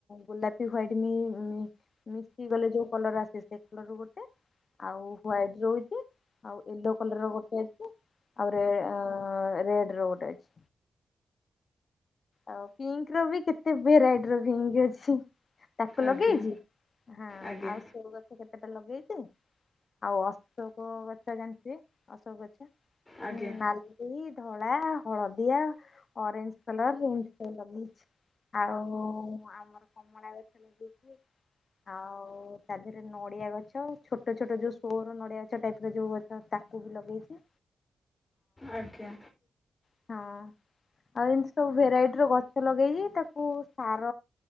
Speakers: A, on the left; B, on the left.
A: ଗୋଲାପି ହ୍ୱାଇଟ ମି ମିଶି ଗଲେ ଯୋଉ କଲର ଆସେ ସେ କଲର ର ଗୋଟେ ଆଉ ହ୍ଵାଇଟ ରହୁଚି ଆଉ ୟେଲୋ କଲର ର ଗୋଟେ ଅଛି। ଆଉ ରେ ରେଡ ର ଗୋଟେ ଅଛି ଆଉ ପିଙ୍କ ର ବି କେତେ ଭେରାଇଟ ର ରିଙ୍ଗ ଅଛି। ତାକୁ ଲଗେଇଚି
B: ଆଜ୍ଞା
A: ହଁ
B: ଆଜ୍ଞା
A: ଆଉ ସୋ ଗଛ କେ ସେଟା ଲଗେଇଚି ଆଉ ଅଶୋକ ଗଛ ଜାଣିଥିବେ ଅଶୋକ ଗଛ
B: ଆଜ୍ଞା
A: ହୁଁ ନାଲି ଧଳା ହଳଦିଆ ଅରେଞ୍ଜ କଲର ଏମିତି ସବୁ ଲଗେଇଚି ଆଉ ଆମର କମଳା ଗଛ ଲଗେଇଚି ଆଉ ତା ଦେହରେ ନଡିଆ ଗଛ ଛୋଟ ଛୋଟ ଯୋଉ ସୋର ନଡିଆ ଗଛ ଟାଇପ ର ଯୋଉ ଗଛ ତାକୁ ବି ଲଗେଇଚି।
B: ଆଜ୍ଞା
A: ହଁ ଆଉ ଏ ମିତି ସବୁ ଭେରାଇଟିର ଗଛ ଲଗେଇଚି ତାକୁ ସାର